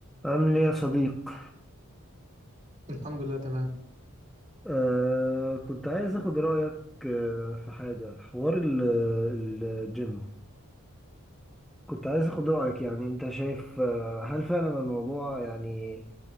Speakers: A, in the centre; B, on the right.
A: عامل ايه يا صديق
B: الحمد لله تمام
A: آه كنت عايز اخد رأيك آه في حاجة حوار ال- ال- الجيم كنت عايز اخد رأيك يعني انت شايف آه هل فعلا الموضوع يعني